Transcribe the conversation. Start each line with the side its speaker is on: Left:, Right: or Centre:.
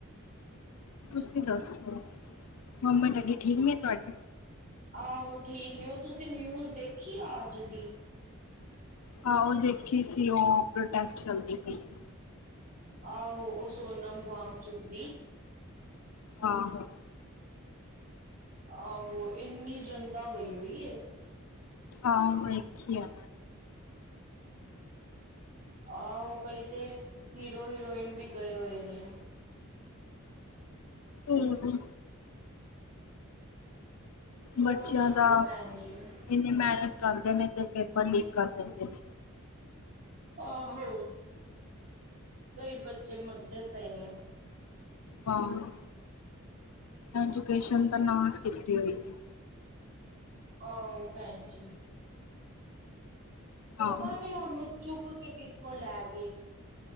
Left: ਤੁਸੀਂ ਦੱਸੋ ਮੰਮੀ ਡੈਡੀ ਠੀਕ ਨੇ ਤੁਆਡੇ?
Right: ਆਹੋ ਠੀਕ ਨੇ, ਓ ਤੁਸੀ ਨਿਊਜ਼ ਦੇਖੀ ਅੱਜ ਦੀ?
Left: ਆਹੋ ਦੇਖੀ ਸੀ। ਓ ਪ੍ਰੋਟੈਸਟ ਚਲਦੀ ਪਈ ਏ।
Right: ਆਹੋ, ਓ ਸੋਨਮ ਵਾਂਗ ਚੁੱਕਦੀ।
Left: ਆਹੋ।
Right: ਆਹੋ ਏਨੀ ਜਨਤਾ ਗਈ ਹੋਈ ਏ।
Left: ਹਾਂ, ਵੇਖੀ ਆ।
Right: ਆਹੋ, ਕਈ ਤੇ ਹੀਰੋ ਹੀਰੋਇਨ ਵੀ ਗਏ ਹੋਏ ਨੇ।
Left: ਹੂੰ-ਹੂੰ।
Right: ਹੋਰ
Left: ਬੱਚਿਆਂ
Right: ਦੱਸੋ
Left: ਦਾ,
Right: ਭੈਣ ਜੀ
Left: ਇਨੀ ਮਿਹਨਤ ਕਰਦੇ ਨੇ ਤੇ ਪੇਪਰ ਲੀਕ ਕਰ ਦਿੰਦੇ ਨੇ।
Right: ਆਹੋ। ਕਈ ਬੱਚੇ ਮਰਦੇ ਪਏ ਨੇ।
Left: ਹਾਂ, ਐਜੂਕੇਸ਼ਨ ਤਾਂ ਨਾਸ਼ ਕੀਤੀ ਹੋਈ ਹੈ।
Right: ਆਹੋ ਭੈਣ ਜੀ। ਪਤਾ
Left: ਆਹੋ
Right: ਨੀ ਉਹਨੂੰ ਚੁੱਕ ਕੇ ਕਿੱਥੋਂ ਲੈ ਗਏ।